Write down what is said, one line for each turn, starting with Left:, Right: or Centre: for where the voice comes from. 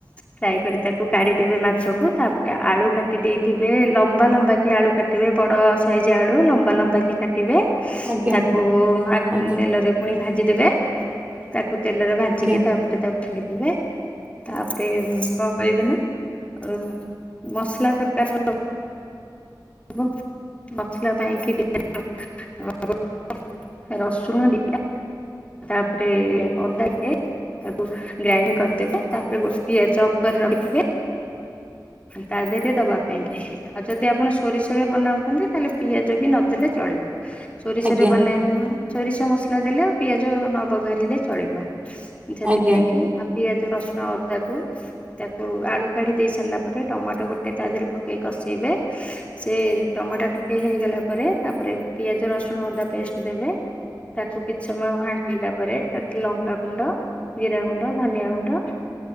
Left: ଫ୍ରାଏ କରି ତାକୁ କାଢିଦେବେ ମାଛ କୁ। ତାପରେ ଆଳୁ କାଟି ଦେଇଥିବେ ଲମ୍ବା ଲମ୍ବା କି ଆଳୁ କାଟିବେ ବଡ଼ ସାଇଜ୍ ଆଳୁ ଲମ୍ବା ଲମ୍ବା କି କାଟିବେ।
Right: ଆଜ୍ଞା
Left: ତାକୁ
Right: ଆଜ୍ଞା ଆଜ୍ଞା
Left: ତେଲରେ ପୁଣି ଭାଜିଦେବେ। ତାକୁ ତେଲରେ ଭାଜିକି
Right: ଆଜ୍ଞା ଆଜ୍ଞା
Left: ତାପରେ ତାକୁ କାଢ଼ିଦେବେ। ତାପରେ କଣ କହିବି ନା ଆ ମସଲା ତରକାରୀର ହବ ମସଲା ପାଇଁକି <unintelligible> ରସୁଣ ଦିଟା, ତାପରେ ଅଦା ଟିକେ ତାକୁ ଗ୍ରାଇଣ୍ଡ କରିଦେବେ ତାପରେ ଗୋଟେ ପିଆଜ ଚପ କରି ରଖିଥିବେ। ତା ଦେହରେ ଦବା ପାଇଁ କି। ଆଉ ଯଦି ଆପଣ ସୋରିଷରେ ବନାଉଛନ୍ତି ତାହେଲେ ପିଆଜ ବି ନଦେଲେ ଚଳିବ। ସୋରିଷରେ
Right: ଆଜ୍ଞା ଆଜ୍ଞା ଆଜ୍ଞା
Left: ବନେଇବା ସୋରିଷ ମସଲା ଦେଲେ ଆଉ ପିଆଜ ନ ବଘାରିଲେ ଚଳିବ। ସେଥିପାଇଁ
Right: ଆଜ୍ଞା ଆଜ୍ଞା ଆଜ୍ଞା ଆଜ୍ଞା
Left: କି ଆଉ ପିଆଜ ରସୁଣ ଅଦାକୁ ତାକୁ ଆଳୁ କାଢି ଦେଇ ସାରିଲା ତାପରେ ଟମାଟୋ ଗୋଟେ ତା ଦେହରେ ପକେଇ କଷେଇବେ ସେ ଟମାଟୋ ଟି କେ ହେଇଗଲା ପରେ ତାପରେ ପିଆଜ, ରସୁଣ, ଅଦା ପେଷ୍ଟ ଦେବେ ତାକୁ କିଛି ସମୟ ଘା ଣ୍ଟିଲା ପରେ ତାପରେ ଲଙ୍କାଗୁଣ୍ଡ, ଜିରା ଗୁଣ୍ଡ, ଧନିଆ ଗୁଣ୍ଡ